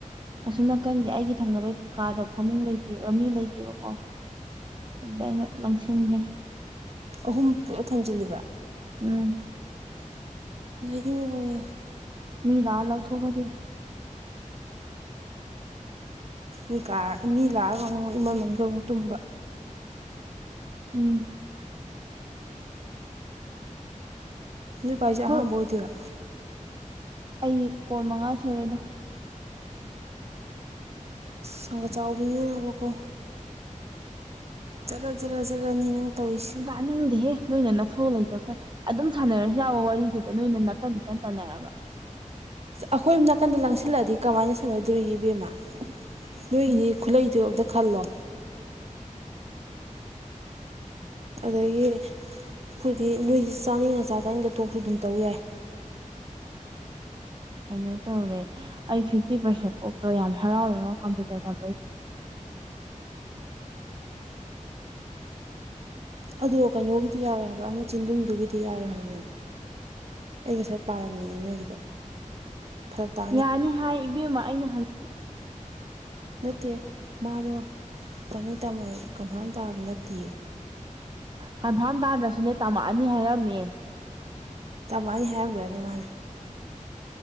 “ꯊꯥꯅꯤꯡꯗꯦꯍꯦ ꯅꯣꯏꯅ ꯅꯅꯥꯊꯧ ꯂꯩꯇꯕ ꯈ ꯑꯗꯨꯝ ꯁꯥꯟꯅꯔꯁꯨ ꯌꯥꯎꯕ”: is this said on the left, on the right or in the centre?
Right